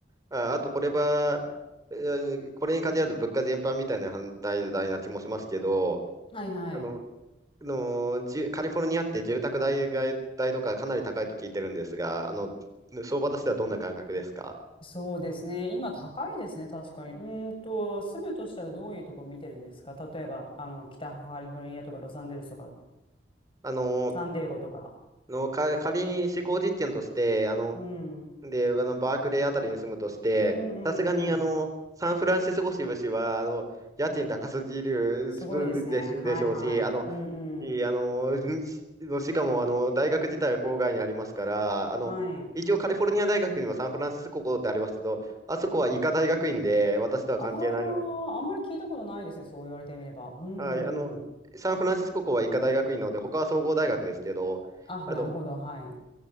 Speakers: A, on the right (about 20°); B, on the left (about 30°).
A: あ、あと、これは、うんこれに限らず物価全般みたいな反対代な気もしますけど、
B: はいはい。
A: あの、のじカリフォルニアって住宅代が、代とかかなり高いと聞いてるんですが、あの、相場としてはどんな感覚ですか
B: そうですね。今高いですね、確かに。うーんと、住むとしたらどういうところ見てるんですか例えば、あの、北カリフォルニアとかロサンゼルスとか、
A: あの、
B: サンディエゴとか。
A: のか仮に試行実験として、あの、
B: うん。うん
A: で、あの、バークレーあたりに住むとして、
B: うんうん。
A: さすがに、あの、サンフランシスコ支部市は、あの、家賃高すぎる
B: すごいですね。
A: でし、
B: はいはい。
A: でしょうし、あの、
B: うんうん。
A: いい、あの、<laughs> しかも、あの、大学自体は郊外にありますから、あの、
B: はい。
A: 一応カリフォルニア大学にはサンフランシスコ校ってありますけど、あそこは医科大学院で、私とは関係ないの。
B: ああ、あんまり聞いたことないですね、そう言われてみれば。うんうんうん。
A: はい、あの、サンフランシスコ校は医科大学院なので、他は総合大学ですけど、
B: あ、
A: あの、
B: なるほど。はい。